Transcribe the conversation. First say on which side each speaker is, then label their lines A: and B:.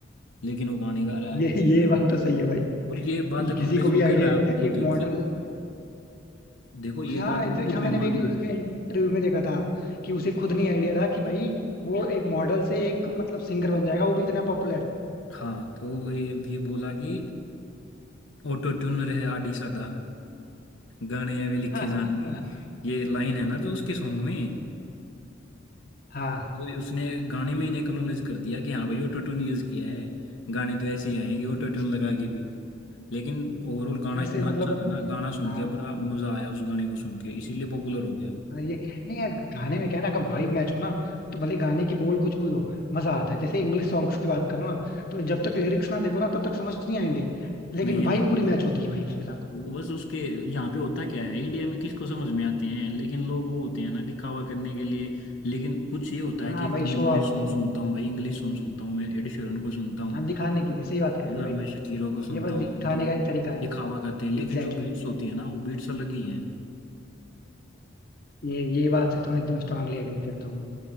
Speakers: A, on the left; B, on the left.
A: लेकिन वो गाने गा रहा है
B: ये ये बात तो सही है भाई
A: और ये बात
B: कि
A: एक्नोलेज
B: किसी को भी
A: भी
B: आइडिया
A: कर रहा है
B: नहीं
A: वो
B: था कि
A: खुद
B: एक मॉडल
A: कि- देखो ये
B: उसे हाँ
A: बात वो
B: इनफेक्ट
A: खुद
B: हाँ
A: भी
B: मैंने
A: मान
B: भी एक,
A: रहा
B: इसके
A: है
B: इंटरव्यू में देखा था कि उसे खुद नहीं आइडिया था कि भाई वो एक मॉडल से एक मतलब सिंगर बन जाएगा वो भी इतना पॉपुलर
A: हाँ तो वो ये ये बोला कि ऑटो ट्यूनर है आडी साडा गाने ऐवे लिखे
B: <laughs>
A: जाएंगे ये लाइन है ना जो उसके सॉन्ग में
B: हाँ
A: तो उसने गाने में ही एक्नॉलेज कर दिया कि हाँ भाई ऑटो ट्यून यूज किया है गाने तो ऐसे ही आएंगे ऑटो
B: अच्छा
A: ट्यून लगा के भी लेकिन ओवरऑल गाना
B: वैसे
A: इतना
B: मतलब
A: अच्छा था ना गाना सुन
B: हाँ
A: के बड़ा मजा आया उस गाने को सुन के इसीलिए पॉपुलर हो गया
B: हाँ ये नहीं यार गाने में क्या है ना अगर वाइब मैच हो ना तो भले गाने की बोल कुछ भी हो मजा आता है जैसे इंग्लिश सॉन्ग्स की बात करो ना तो जब तक लिरिक्स ना देखो ना तब तक समझ नहीं आएंगे लेकिन
A: नहीं आएंगे
B: वाइब पूरी मैच होती है भाई उसके साथ
A: वो बस उसके यहाँ पे होता क्या है इंडिया में किसको समझ में आते हैं लेकिन लोग वो होते हैं ना दिखावा करने के लिए लेकिन कुछ ये होता है
B: हाँ
A: कि एक
B: भाई
A: तो मैं
B: शो
A: इंग्लिश
B: ऑफ
A: सॉन्ग सुनता हूँ भाई इंग्लिश सॉन्ग सुनता हूँ मैं एड शेरन को सुनता हूँ
B: हाँ दिखाने के लिए सही बात कह
A: है
B: रहे हो
A: ना
B: भाई
A: मैं शकीरों को सुनता
B: ये बस
A: हूँ
B: दिखाने
A: तो
B: का एक तरीका है
A: दिखावा करते हैं लेकिन
B: Exactly
A: जो बीट्स
B: exactly.
A: होती है ना वो बीट्स अलग ही हैं
B: ये ये बात से तो मैं एकदम स्ट्रांगली एग्री करता हूँ